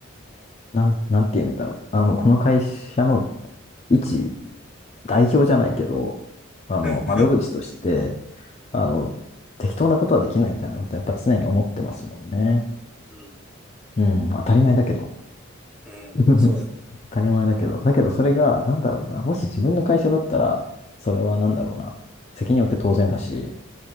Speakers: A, on the left; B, in the centre.
A: なん、なんて言うんだろう。あの、この会社の一代表じゃないけど、
B: うん。
A: あの、
B: うん。
A: 窓口として、あの、適当なことはできないみたいなことやっぱ常に思ってますもんね。
B: うん。
A: うん、当たり前だけど。
B: うんそうです。
A: <laughs> 当たり前だけど。だけどそれが、なんだろうな。もし自分の会社だったら、それはなんだろうな。責任を負って当然だし、